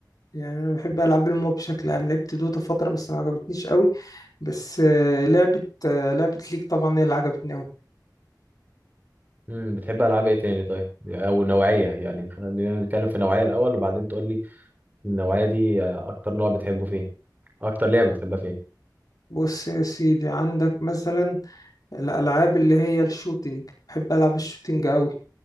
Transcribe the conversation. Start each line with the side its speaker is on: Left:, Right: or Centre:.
Left: يعني أنا بحب ألعاب الموبا بشكل عام لعبت دوتا فترة بس ما عجبتنيش قوي بس آه، لعبة آه، لعبة ليج طبعا هي اللي عجبتني قوي
Right: امم بتحب العاب ايه تاني طيب او نوعيه يعني خلينا نتكلم في نوعيه الاول وبعدين تقول لي النوعيه دي اكتر نوع بتحبه فين اكتر لعبه بتحبها فين
Left: بص يا سيدي عندك مثلا الألعاب اللي هي الشوتينج بحب ألعب الشوتينج قوي